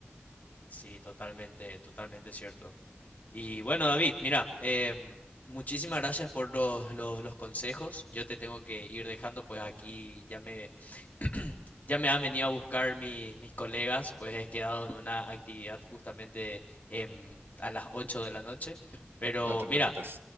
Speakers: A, on the left; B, on the right.
A: sí, totalmente, totalmente cierto. Y bueno, David, mira, em, muchísimas gracias por los, los- los consejos. Yo te tengo que ir dejando, pues aquí ya me, <clears throat> ya me han venido a buscar mis, mis colegas, pues he quedado en una actividad justamente em, a las 8 de la noche. Pero
B: No te
A: mira,
B: preocupes.